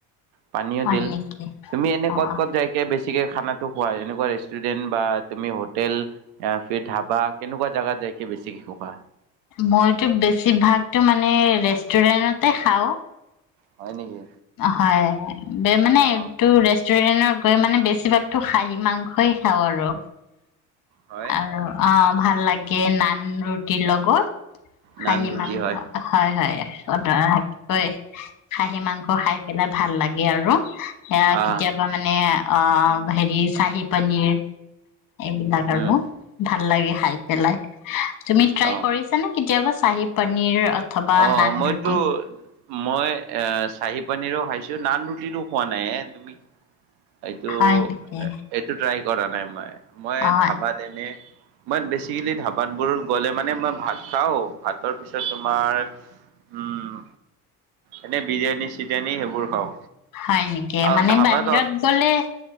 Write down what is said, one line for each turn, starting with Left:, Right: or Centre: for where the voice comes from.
Right: পানীও
Left: হয়
Right: দিল।
Left: নেকি
Right: তুমি এনে
Left: অ
Right: ক'ত-ক'ত
Left: অ
Right: যাইকে বেছি ঠিকে খানাটো খোৱা এনেকুৱা ৰেষ্টুৰেণ্ট বা তুমি হোটেল অ ফিৰ ধাবা কেনেকুৱা জাগাত যাইকে বেছিকে কবা?
Left: মইতো বেছিভাগতো মানে ৰেষ্টুৰেন্টতে খাও।
Right: হয় নেকি?
Left: হয়। বে মানে
Right: অ
Left: এই তটো ৰেষ্টুৰেণ্টত কৈ মানে বেছিভাগতো খাঁহী মাংসই খাওঁ আৰু
Right: হয়
Left: আৰু অ ভাল লাগে নান ৰুটিৰ লগত খাঁহী
Right: নান ৰুটি
Left: মাংস
Right: হয়
Left: হয় হয় অ ড্ৰীকে থাকিব খাহী মাংস খাই পেলাই ভাল লাগে আৰু এয়া
Right: অ
Left: কেতিয়াবা মানে অ হেৰি চাহি পানীৰ এইবিলাক
Right: উম
Left: আৰু ভাল লাগে খাই পেলাই তুমি ট্ৰাই
Right: অ
Left: কৰিছা নে কেতিয়াবা চাহি পনীৰ অথবা
Right: অ
Left: নান
Right: মইতো
Left: ৰুটি
Right: মই এ চাহি পানীৰেও খাইছো নান ৰুটিতটো খোৱা নাই এ তুমি এইটো
Left: হয় নেকি?
Right: এইটো ট্ৰাই কৰা নাই মই মই
Left: অ',
Right: ধাবাত এনে মই বেচিকেলি ধাবাত বোৰ গ'লে মানে মই ভাত খাওঁ ভাতৰ পিছত তোমাৰ উম এনে বিৰিয়ানী-চিৰিয়ানী সেইবোৰ খাওঁ
Left: হয় নেকি
Right: আৰু
Left: মানে
Right: ধাবাত
Left: বাহিৰত গলে